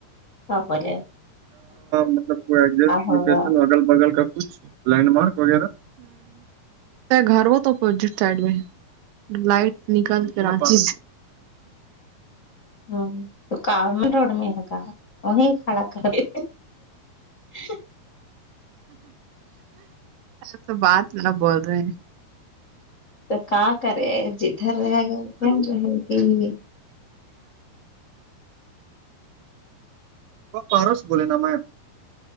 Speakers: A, on the left (about 60°); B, on the right (about 80°).
A: سولے
B: مطلب کوزٹ
A: ہوگا
B: لوکیشن اگل بگل کا کچھ لینڈ مارک وغیرہ گھر ہو تو اپوزٹ سائڈ میں لائٹ نکل کراچیا
A: ہ تو کامن روڈ میں ہے گا وہیں کھڑا کرتے جی <inaudible>
B: ا تو بات نہ بول رہے ہیں
A: تو کا کرے جدھر رہ گن
B: ہیلو
A: رہے گی
B: وہ پاروس بولے نا میم